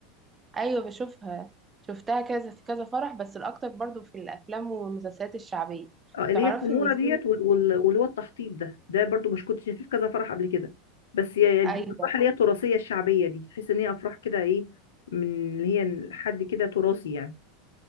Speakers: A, on the right; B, on the left.
A: ايوه بشوفها شفتها كذا في كذا فرح بس الاكتر برضو في الافلام والمسلسلات الشعبيه
B: اه اللي
A: تعرفي
B: هي التنوره
A: ان في
B: ديت وال- وال- واللي هو التحطيب ده ده برضو مش كنت شايفاه في كذا فرح قبل كده بس هي هي دي
A: ايوه
B: الافراح اللي هي التراثيه الشعبيه دي تحس ان هي افراح كده ايه من اللي هي حد كده تراثي يعني